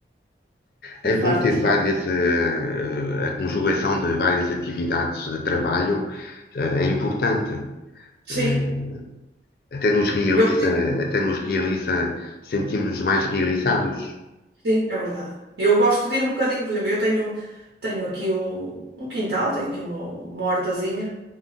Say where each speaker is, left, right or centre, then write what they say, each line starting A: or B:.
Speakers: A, on the left; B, on the right.
A: É
B: e faz-nos
A: bom ter várias,
B: bem.
A: eh, eh, a conjugação de várias atividades de trabalho, eh, é importante.
B: Sim,
A: Eh, até nos realiza,
B: eu,
A: até nos realiza, sentimos-nos mais realizados.
B: sim, é verdade. Eu gosto de ir um bocadinho, por exemplo, eu tenho, tenho aqui o, um quintal, tenho aqui uma, uma hortazinha.